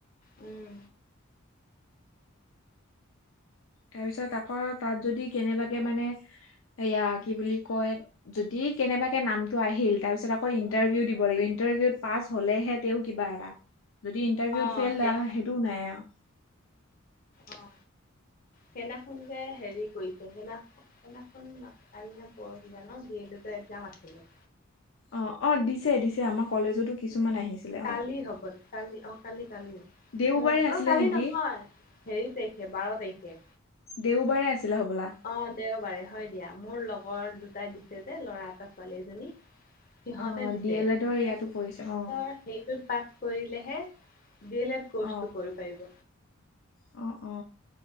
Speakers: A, on the left; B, on the left.
A: উম,
B: তাৰপিছত আকৌ তাত যদি কেনেবাকে মানে - সেইয়া কি বুলি কয়- যদি কেনেবাকে নামটো আহিল, তাৰ পিছত আকৌ ইণ্টাৰভিউ দিব লাগিব, ইন্টাৰভিউত পাছ হলেহে- তেওঁ কিবা এটা, যদি ইন্টাৰভিউত
A: অ
B: ফেইল
A: সেই
B: সেইটোও নাই আও।
A: অ, সেইনাখন যে হেৰি কৰিছে, সেইনাখন- সেইনাখন কাল না পৰহি জানো ডি এল এডৰ একজাম আছিলে।
B: অ, অ দিছে, দিছে
A: অ
B: আমাৰ কলেজতো কিছু- কিছূমান আহিছিলে।
A: কালি
B: অ
A: হ'বলা, কালি অ কালি কালি।
B: দেওবাৰে
A: মোৰ
B: আছিলে
A: অ কালি
B: নেকি
A: নহয় হেৰি তাৰিখে বাৰ তাৰিখে।
B: দেওবাৰে আছিল হ'বলা!
A: অ দেওবাৰে, হয় দিয়া মোৰ লগৰ দুটাই দিছে যে ল'ৰা এটা ছোৱালী এজনী, সিহঁতে
B: অ
A: দিছে।
B: ডি এল এডৰ
A: সেইটোত
B: ইয়াতো পৰিছে অ
A: পাছ কৰিলেহে বি এল এড কৰ্চটো
B: অ
A: কৰিব পাৰিব।
B: অ, অ।